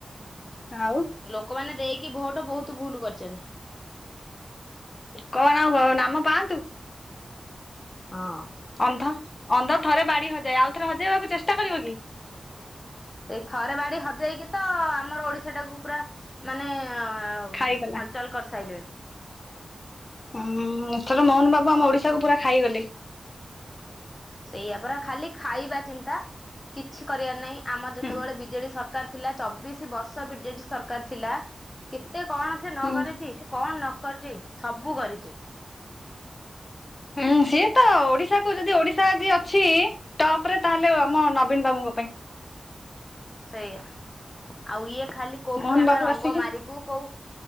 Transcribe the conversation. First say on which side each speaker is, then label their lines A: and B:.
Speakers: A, on the left; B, on the left.
A: ଆଉ।
B: ଲୋକମାନେ ଦେଇକି ଭୋଟ ବହୁତ ଭୁଲ କରିଛନ୍ତି।
A: କଣ ଆଉ କ ନାମ ପାଆନ୍ତୁ।
B: ହଁ।
A: ଅନ୍ଧ ଅନ୍ଧ ଥରେ ବାଡି ହଜାଏ ଆଉ ଥରେ ହଜେଇବାକୁ ଚେଷ୍ଟା କରିବ କି?
B: ସେଇ ଥରେ ବାଡି ହଜେଇକି ତ ଆମର ଓଡିଶା ଟାକୁ ପୁରା ମାନେ ଏ ହ
A: ଖାଇଗଲା
B: ହଲଚଲ କରିସାରିଲେଣି।
A: ହଁ ଏଥର ମୋହନ ବାବୁ ଆମ ଓଡିଶାକୁ ପୁରା ଖାଇଗଲେ।
B: ସେଇଆପରା ଖାଲି ଖାଇବା ଚିନ୍ତା କିଛି କରିବାର ନାହିଁ, ଆମର ଯେତେବେଳେ
A: ହୁଁ
B: ବିଜେଡି ସର କାର ଥିଲା ଚବିଶି ବର୍ଷ ବିଜେଡି ସରକାର ଥିଲା, କେତେ କଣ ସେ ନ
A: ହୁଁ
B: କରିଛି ସେ କଣ ନ କରିଛି ସବୁ କରିଛି।
A: ହୁଁ ସିଏ ତ ଓଡିଶା କୁ ଯଦି ଓଡିଶା ଆଜି ଅଛି ତାଉପରେ ତାହେଲେ ଆମ ନବୀନ ବାବୁଙ୍କ ପା
B: ସେଇଆ ଆଉ ଇଏ ଖାଲି କୋଉଠି
A: ମୋହନ
B: ଆମେ
A: ବାବୁ
B: ରଙ୍ଗ
A: ଆସିକି
B: ମାରିବୁ କୋଉ